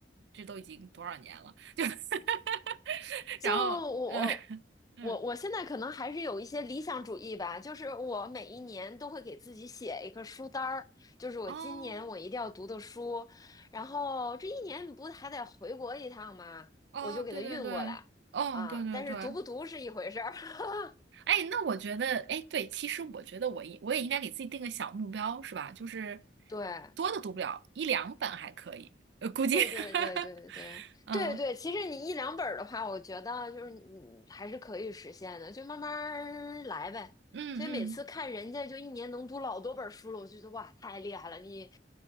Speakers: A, on the right; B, on the left.
A: 这都已经多少年了，就 <laughs>
B: 就我我我现在可能还是有一些理想主义吧，
A: 然后嗯嗯
B: 就是我每一年都会给自己写一个书单儿，就是我今年我一定要读的书，
A: 哦
B: 然后这一年你不还得回国一趟吗？
A: 哦对对对
B: 我就给它运过来啊，
A: 哦对对对。
B: 但是读不读是一回事儿，<laughs>
A: 哎，那我觉得，哎，对，其实我觉得我应我也应该给自己定个小目标，是吧？就是
B: 对。
A: 多的读不了，一两本还可以，呃，估计，
B: 对对对对对对对，
A: <laughs> 嗯
B: 其实你一两本儿的话，我觉得就是你还是可以实现的，就慢慢儿来呗。
A: 嗯嗯。
B: 所以每次看人家就一年能读老多本儿书了，我就觉得哇，太厉害了，你